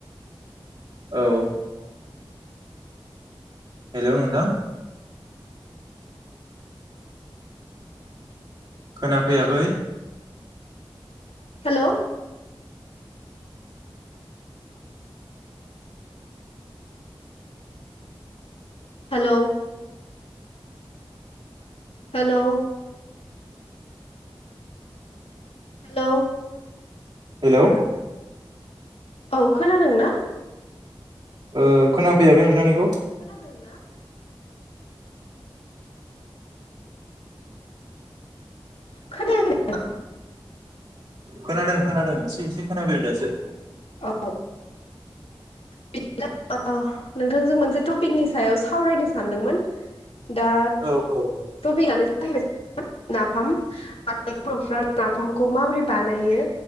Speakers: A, on the right; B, on the left.
A: औ हेलौ नोंथां। खोनाफैयाखै
B: hello hello hello hello
A: hello
B: औ खोनादों ना?
A: ओ खोनाफैयाखै नोंथांनिखौ।
B: खोनादों ना? खोनायाखै <inaudible>
A: खोनादों-खोनादों एसे-एसे खोनाफैदों दासो।
B: औ <inaudible> नोंथांजों मोनसे टपिकनि सायाव सावरायनो सानदोंमोन दा
A: औ-औ।
B: टपिकानो जाहैबाय <inaudible> नाफाम। <inaudible> बर'फ्रा नाफामखौ माबोरै बानायो